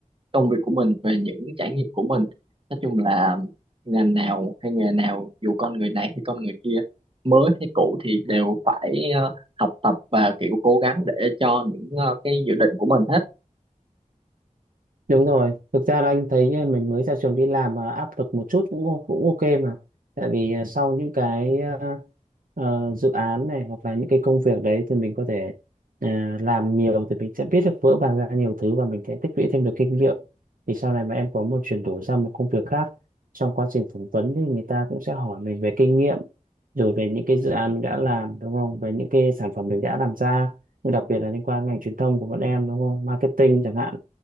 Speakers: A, on the right (about 40°); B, on the right (about 85°).
A: công việc của mình về những trải nghiệm của mình nói chung là ngành nào hay nghề nào dù con người này hay con người kia mới hay cũ thì đều phải ờ, học tập và kiểu cố gắng để cho những ờ, cái dự định của mình hết
B: Đúng rồi, thực ra là anh thấy ờ, mình mới ra trường đi làm mà áp lực một chút cũng o- cũng ok mà. Tại vì ờ, sau những cái ờ, ờ, dự án này hoặc là những cái công việc đấy thì mình có thể ờ, làm nhiều thì mình sẽ biết được vỡ vàng ra nhiều thứ và mình sẽ tích lũy thêm được kinh nghiệm. Thì sau này mà em có một chuyển đổi sang một công việc khác trong quá trình phỏng vấn thì người ta cũng sẽ hỏi mình về kinh nghiệm rồi về những cái dự án mình đã làm đúng không? Về những cái sản phẩm mình đã làm ra. Nhưng đặc biệt là liên quan ngành truyền thông của bọn em đúng không? Marketing chẳng hạn